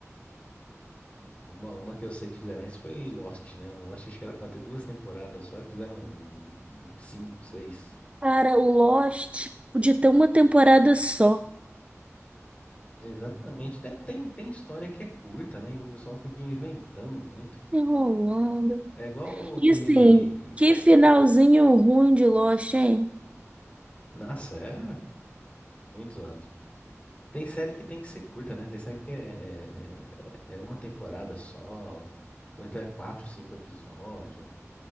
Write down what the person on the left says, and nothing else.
Uma, uma que eu sei que fizeram isso foi Lost, né? Lost acho que era pra ter duas temporadas só e fizeram hum, cinco, seis.
Exatamente. Tem, tem tem história que é curta, né? E o pessoal fica inventando muito.
É igual
aquele.
Nossa, é muito zoado. Tem série que tem que ser curta, né? Tem série que é, é, é uma temporada só, ou então é quatro, cinco episódios.